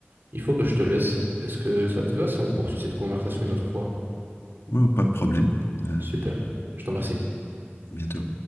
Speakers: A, on the right; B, on the left.
A: Il faut que je te laisse. Est-ce que ça te va si on poursuit cette conversation une autre fois?
B: Ouais, pas de problème. Euh,
A: Super. Je t'en remercie.
B: à bientôt.